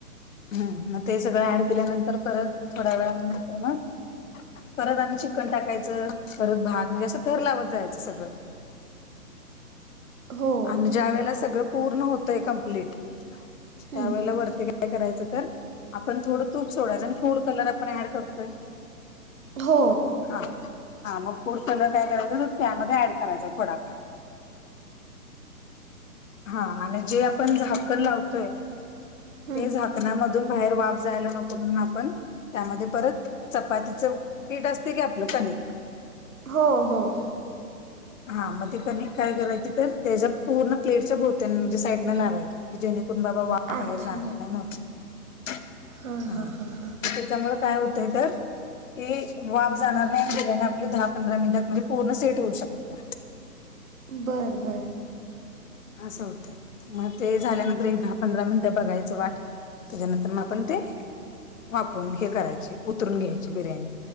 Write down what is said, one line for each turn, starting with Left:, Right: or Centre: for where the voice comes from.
Left: हम्म... मग ते सगळं ऍड केल्यानंतर परत थोड्या वेळ नंतर मग. परत आणि चिक्न टाकायचं. परत भात म्हणजे असं थर लावत जायचं सगळं.
Right: हो
Left: आणि, ज्या वेळा सगळं पूर्ण होतय कमप्लीट.
Right: हं,
Left: त्या वेळी वरती काय करायचं तर. आपण थोडं तूप सोडायचं. आणि फूड कलर आपण ऍड करतोय.
Right: हो
Left: हा.. हा.. मग पुर <inaudible> चल काय करायचं त्यामध्ये ऍड करायच. <inaudible> कार हा <inaudible> आपण झाकण लावतोय.
Right: हं,
Left: ते झा. <inaudible> ककणामधून बाहेर वाफ जायला नको. म्हणून, आपण त्यामध्ये परत चपातीच. पीठ असते की, आपलं कनिक.
Right: हो.... हो.
Left: हा.. मग ते कने <inaudible> काय करायची तर त्याच्या पूर्ण प्लेटच्या भोवत्या्यां म्हणजे साईडने लावायची. जेणेकरून बाबा <inaudible> वा
Right: अच्छा
Left: बाहेर जाणार नाही म्हणून. हा
Right: हां हां हां हां
Left: त्याच्यामु काय होतय तर. क वाब जाणार नाही आणिने आपले दहा पंधरा मिनिटात म्हणजे पूर्ण सेट होऊ शकते.
Right: बरं बरं.
Left: असं होतंय मग ते झाल्यानंतर एक दहा पंधरा मिनिटं बघायचं वाट. त्याच्यानंतर मग आपण ते वापरून हे करायचे उतरून घ्यायची बिर्याणी.